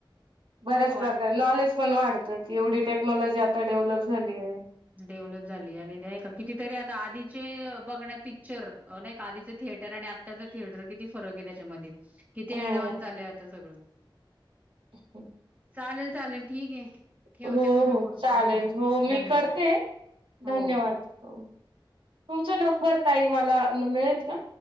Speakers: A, on the right; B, on the right.
A: बऱ्याच
B: हो
A: प्रकारे
B: आणि
A: नॉलेज पण वाढत की एवढी टेक्नॉलॉजी आता डेव्हलप झाली आहे.
B: डेव्हलप झाली आणि नाही का किती तरी आता आधीचे बघण्यात पिक्चर नाही आधीचं थिएटर आणि आत्ताच थिएटर किती फरक आहे त्याच्यामध्ये किती
A: हो
B: अँडव्हान्स झालंय आता सगळं
A: हो
B: चालेल चालेल ठीक आहे. ठेवते
A: हो
B: मग मी
A: हो
B: फोन
A: चालेल हो मी
B: धन्यवाद
A: करते
B: हो
A: धन्यवाद हो तुमचा नंबर ताई मला मिळेल का?